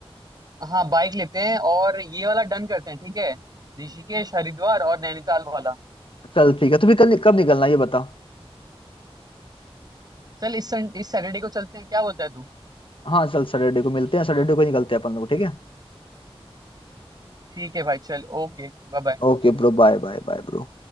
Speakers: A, on the right; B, on the left.
A: हाँ बाइक लेते हैं और ये वाला डन करते हैं ठीक है ऋषिकेश हरिद्वार और नैनीताल वाला
B: चल ठीक है तो फिर कल कब निकलना है ये बता
A: चल इस सन- इस सैटरडे को चलते हैं क्या बोलता है तू
B: हाँ चल सैटरडे को मिलते हैं सैटरडे को ही निकलते हैं अपन लोग ठीक है
A: ठीक है भाई चल ओके बाय बाय।
B: Okay bro bye bye bye bro